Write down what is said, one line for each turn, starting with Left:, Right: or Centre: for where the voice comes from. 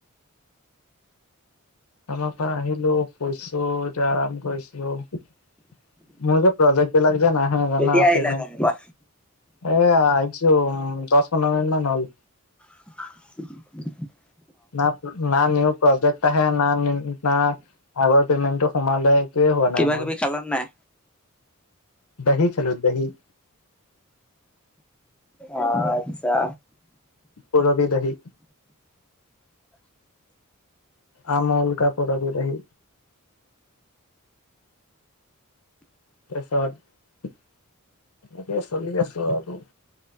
Left: কামৰ পৰা আহিলো শুইছো এতিয়া আৰাম কৰিছিলো মোৰ প্ৰজেক্ট বিলাক যে নাহে জানা
Centre: কেতিয়া আহিলা
Left: পেমেণ্ট-
Centre: গাঁৱৰ পৰা?
Left: এ আহিছো দহ পন্ধৰ মিনিট মান হ'ল।
Centre: <unintelligible>
Left: ন না নিউ প্ৰজেক্ট আহে না না আগৰ পেমেন্টটো সোমালে। টোৱে হোৱা
Centre: কিবা
Left: নাই মোৰ
Centre: কিবি খালা নাই?
Left: দহি খালো দহি
Centre: অ আচ্ছা।
Left: পুৰৱি দহি আমোল কা পুৰৱী দহি তাৰপাছত, এনেকে চলি আছো আৰু